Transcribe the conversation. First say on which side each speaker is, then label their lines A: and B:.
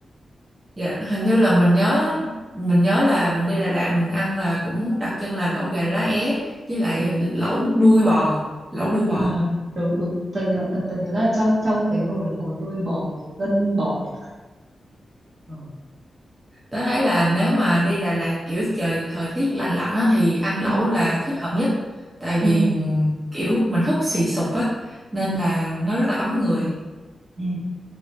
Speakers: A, on the right (about 25°); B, on the right (about 50°).
A: Dạ, hình như là mình nhớ mình nhớ là mình đi Đà Lạt mình ăn là cũng đặc trưng là lẩu gà lá é với lại
B: Ừ.
A: lẩu đuôi bò, lẩu đuôi bò.
B: À, đúng đúng. Tớ nhớ ờ, tớ nhớ là trong trong cái nồi nó có đuôi bò với gân bò thì phải. Ừ.
A: Tớ thấy là nếu mà đi Đà Lạt kiểu trời thời tiết lạnh lạnh á thì ăn
B: Ừ.
A: lẩu là thích hợp nhất tại vì
B: Ừ.
A: ừm, kiểu mình húp xì sụp á nên
B: Ừ.
A: là nó rất là ấm người.
B: Ừ.